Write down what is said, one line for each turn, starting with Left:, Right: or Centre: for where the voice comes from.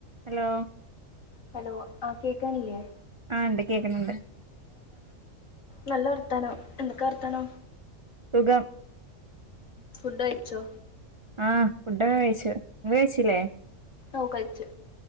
Right: Hello
Left: hello ആ കേക്കാണില്ലേ
Right: ആ ഉണ്ട് കേക്കണണ്ട്
Left: നല്ല വർത്താനം എന്തൊക്കെ വർത്താനം
Right: സുഖം
Left: ഫുഡ് കയിച്ചോ
Right: ആഹ് ഫുഡൊക്കെ കഴിച്ചു ഇങ്ങള് കഴിച്ചില്ലേ
Left: ഓ കഴിച്ച്